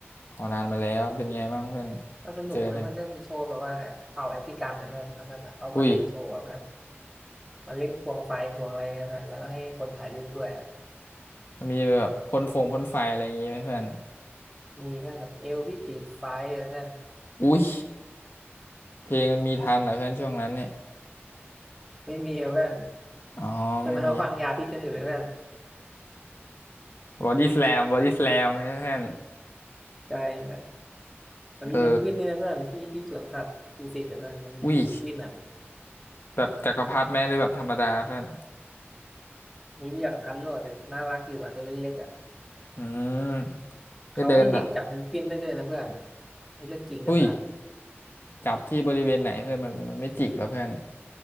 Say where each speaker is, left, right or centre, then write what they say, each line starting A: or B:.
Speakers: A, on the left (about 55°); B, in the centre.
A: อ๋อนานมาแล้วเป็นไงบ้างเพื่อน
B: ก็สนุกนะมันก็มีโชว์แบบว่าเผ่าแอฟริกันนะเพื่อนแล้วมันเขามาเต้นโชว์อะเพื่อน
A: เจออะไรอุ้ย
B: มันเล่นควงไฟควงอะไรเงี้ยเพื่อนแล้วก็ให้คนถ่ายรูปด้วยอะ
A: มันมีแบบพ่นฟงพ่นไฟอะไรอย่างงี้ไหมเพื่อน
B: มีเพื่อนแบบเอวพี่ติดไฟอะเพื่อน
A: อุ้ยเพลงมันมีทันเหรอเพื่อนช่วงนั้นเนี่ย
B: ไม่มีอะเพื่อน
A: อ๋อไม่มี
B: จนเขาฟังยาพิษกันอยู่เลยเพื่อน
A: บอดี้ส a ลมบอดี้ส a ลมเพื่อน
B: ใช่ใช่มันมีเพนกวินนี่นะเพื่อนที่ที่สวนสัตว์ดุสิตนะเพื่อนมันมีเพนกวินอ่ะ
A: เอออุ้ยแบบจักรพรรดิไหมหรือแบบธรรมดาเพื่อน
B: มีวิทยากรพันธุ์ด้วยแต่น่ารักอยู่อ่ะตัวเล็กๆอ่ะ
A: อืม
B: เขาให้เด็กจับเพนกวินได้ด้วยนะเพื่อน
A: ก็เดินแบบ
B: นี่เรื่องจริงนะเพื่อน
A: อุ้ยจับที่บริเวณไหนเพื่อนมันมันไม่จิกแล้วเพื่อน